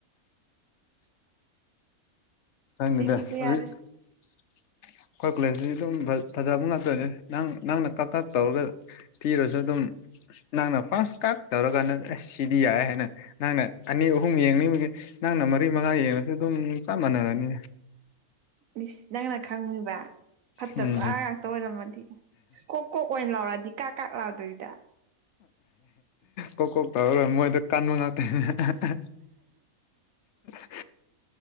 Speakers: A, on the left; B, on the right.
A: ꯊꯅꯤꯗ
B: ꯁꯤꯈꯤꯕ
A: ꯑꯗꯨ
B: ꯌꯥꯔꯦ
A: ꯑꯩꯈꯣꯏ ꯀꯨꯂꯦꯖꯗꯤ ꯑꯗꯨꯝ ꯐꯖꯕ ꯉꯥꯛꯇꯅꯦ ꯅꯪ ꯅꯪꯅ ꯀꯛ ꯀꯛ ꯇꯧꯔꯒ ꯊꯤꯔꯁꯨ ꯑꯗꯨꯝ ꯅꯪꯅ ꯐꯥꯔꯁ ꯀꯥ ꯇꯧꯔꯀꯥꯟꯗ ꯑꯁ ꯁꯤꯗꯤ ꯌꯥꯏ ꯍꯥꯏꯅ ꯅꯪꯅ ꯑꯅꯤ ꯑꯍꯨꯝ ꯌꯦꯡꯅꯤꯡꯕꯒꯤ ꯅꯪꯅ ꯃꯔꯤ ꯃꯉꯥ ꯌꯦꯡꯉꯁꯨ ꯑꯗꯨꯝ ꯆꯞ ꯃꯥꯟꯅꯔꯅꯤ
B: ꯃꯤꯁ ꯅꯪꯅꯥ ꯈꯪꯨꯕ ꯐꯠꯇꯕ
A: ꯎꯝ
B: ꯉꯥꯛꯇ ꯑꯣꯏꯔꯝꯃꯗꯤ ꯀꯣꯛ ꯀꯣꯛ ꯑꯣꯏꯅ ꯂꯥꯎꯔꯛꯗꯤ ꯀꯥꯛ ꯀꯥꯛ ꯂꯥꯎꯗꯕꯤꯗ
A: ꯀꯣꯛ ꯀꯣꯛ ꯇꯧꯔꯒꯣꯏ ꯃꯣꯏꯗ ꯀꯟꯕ ꯉꯥꯛꯇꯅꯦ ꯑ <inaudible>